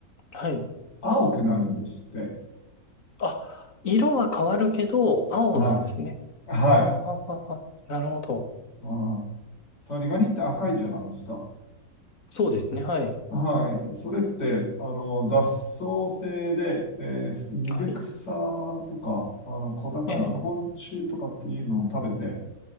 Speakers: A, on the left; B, on the left.
A: はい。
B: 青くなるんですって。
A: あ、色は変わるけど、青なんですね。
B: はい。はい。
A: あーあー、あーなるほど。
B: あーザリガニって赤いじゃないですか。
A: そうですね。はい。
B: はい。それって、あの、雑草性で、えー水草
A: はい。
B: とか、あの、小魚、
A: ええ、
B: 昆虫とかっていうのを食べて、